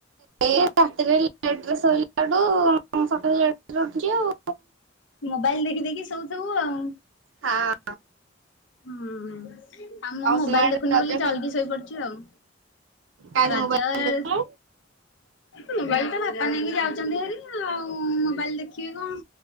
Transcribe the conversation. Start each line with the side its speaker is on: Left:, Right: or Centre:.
Right: ଏଇ ରାତିରେ ଲେଟ୍ ରେ ସୋଇଲାଠୁ ସକାଳେ ଲେଟ୍ ରେ ଉଠୁଛି ଆଉ
Left: ମୋବାଇଲ ଦେଖି ଦେଖି ସଉଥୁବୁ ଆଉ।
Right: ହାଁ।
Left: ହୁଁ ଆଉ ମୁ ମୋବାଇଲ
Right: ତୁମ ଆଡେ
Left: ଦେଖୁନି
Right: ରଜ
Left: ବୋଲି ଜଲଦି ଶୋଇପଡ଼ୁଛି ଆଉ।
Right: କେଇଁକି
Left: ରଜ
Right: ମୋବାଇଲ ଦେଖୁନୁ?
Left: ମୋବାଇଲ ତ ବାପା ନେଇକି ଯାଉଛନ୍ତି ହେରି ଆଉ ମୋବାଇଲ ଦେଖିବି କଣ